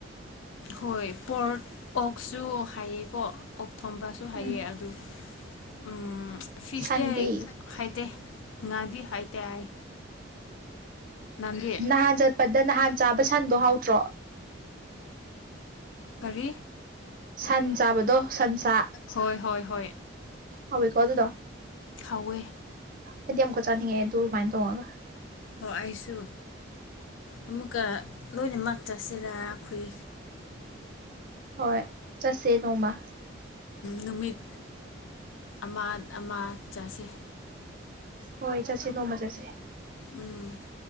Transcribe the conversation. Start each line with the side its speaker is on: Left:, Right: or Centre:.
Left: ꯍꯣꯏ ꯄꯣꯔꯛ ꯑꯣꯛꯁꯨ ꯍꯩꯌꯦꯀꯣ ꯑꯣꯛ ꯊꯣꯡꯕꯁꯨ ꯁꯨ ꯍꯩꯌꯦ
Right: ꯎꯝ
Left: ꯑꯗꯨ ꯎꯝ ꯐꯤꯁ
Right: ꯁꯟꯗꯤ
Left: ꯗꯤ ꯍꯩꯇꯦ ꯉꯥꯗꯤ ꯍꯩꯇꯦ ꯑꯩ ꯅꯪꯗꯤ
Right: ꯅꯍꯥꯟ ꯆꯠꯄꯗ ꯅꯍꯥꯟ ꯆꯥꯕ ꯁꯟꯗꯣ ꯍꯥꯎꯇ꯭ꯔꯣ
Left: ꯀꯔꯤ
Right: ꯁꯟ ꯆꯥꯕꯗꯣ ꯁꯟꯁꯥ
Left: ꯍꯣꯏ ꯍꯣꯏ ꯍꯣꯏ
Right: ꯍꯥꯎꯑꯦꯀꯣ ꯑꯗꯨꯗꯣ
Left: ꯍꯥꯎꯑꯦ
Right: ꯑꯩꯗꯤ ꯑꯃꯨꯛꯀ ꯆꯥꯅꯤꯡꯉꯦ ꯑꯗꯨ ꯑꯗꯨꯃꯥꯏꯅ ꯇꯧꯔꯥꯒ
Left: ꯍꯣꯏ ꯑꯩꯁꯨ ꯑꯃꯨꯛꯀ ꯂꯣꯏꯅꯃꯛ ꯆꯠꯁꯤꯔꯥ ꯑꯩꯈꯣꯏ
Right: ꯍꯣꯏ ꯆꯠꯁꯦ ꯅꯣꯡꯃ
Left: ꯅꯨꯃꯤꯠ ꯑꯃ ꯑꯃ ꯆꯠꯁꯦ
Right: ꯍꯣꯏ ꯆꯠꯁꯦ ꯅꯣꯡꯃ ꯆꯠꯁꯦ
Left: ꯎꯝ